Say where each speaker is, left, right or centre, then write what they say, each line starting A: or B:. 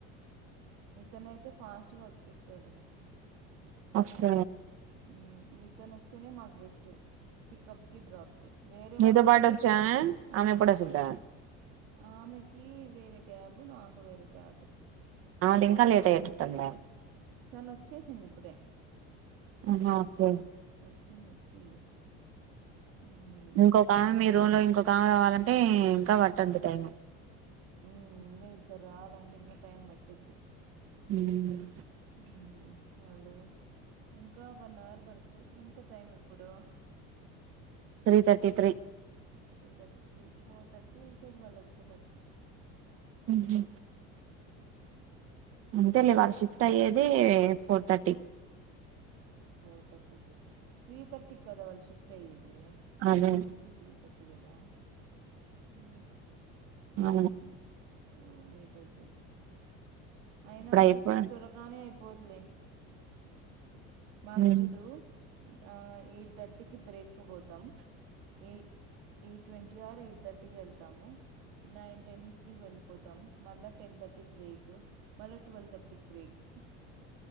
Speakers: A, on the right; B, on the right.
A: ఇతనైతే ఫాస్ట్గా వచ్చేస్తాడు
B: అచ్చ
A: మ్ ఈతను వస్తేనే మాకు బెస్ట్ పికప్కి డ్రాప్కి వేరే
B: మీతో
A: వాళ్ళు
B: పాటొచ్చే
A: వస్తే
B: ఆమె ఆమే ఎప్పుడు వచిదో
A: ఆమెకి వేరే క్యాబ్ నాకు వేరే క్యాబ్
B: అడి ఇంకా లేట్ అయ్యేటట్టుందే
A: తను వచ్చేసింది ఇప్పుడే
B: అ హా ఒకే
A: వచ్చింది వచ్చింది ఉమ్,
B: ఇంకోకామె
A: లేట్
B: మీ రూమ్ లో ఇంకోకామె రావాలంటే ఇంకా పట్టది టైం
A: మ్ ఇంకా ఇద్దరు రావాలంటే ఇంకా టైం పట్టిద్ది
B: మ్
A: మ్ వాళ్ళు ఇంకా వన్ అవర్ పడుత ఎంత టైం ఎప్పుడు
B: three thirty three
A: three thirty three four thirty అయితది వాళ్ళు వచ్చేపాటికి
B: ఉమ్ హు అంతే లే వాళ్ళ షిఫ్ట్ అయ్యేది four thirty
A: four thirty three థర్టీకి కదా వాళ్ళు షిఫ్ట్ అయ్యేది సిక్స్
B: అదే
A: థర్టీ టు త్రీ థర్టీ కదా
B: మ్
A: మ్మ్.
B: అవును
A: సో లేట్ అయితది అయినా
B: ఇప్పుడు అయిపోయి
A: షిఫ్ట్ త్వరగానే అయ్ పోదులే మాగ్
B: ఉమ్
A: చూడు ఆ ఎయిట్ తర్టీ కి బ్రేక్ కు పోతాం ఎ ఎయిట్ ట్వంటీ ఆర్ ఎయిట్ థర్టీకి వెళ్తాము నైన్ టెన్కి వెళ్ళిపోతాం మళ్ళా టెన్ థర్టీకి బ్రేక్ మళ్ళా ట్వెల్వ్ థర్టీకి బ్రేక్